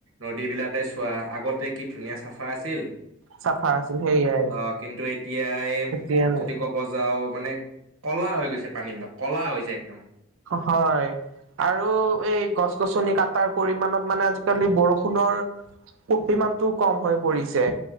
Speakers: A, on the right (about 80°); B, on the right (about 70°).
A: নদী বিলাক। চোৱা আগতে কি ধুনীয়া চাফা আছিল।
B: চাফা আছিল। সেইয়াই
A: অ কিন্তু এতিয়াই
B: এতিয়া
A: যদি ক'ব যাওঁ মানে কলা হৈ গৈছে। পানী বিলাক ক'লা হৈ যায় একদম।
B: হয় আৰু এই গছ-গছনি কটাৰ পৰিমানত মানে আজিকালি বৰষুণৰ। <unintelligible> পৰিমানটো কম হৈ পৰিছে।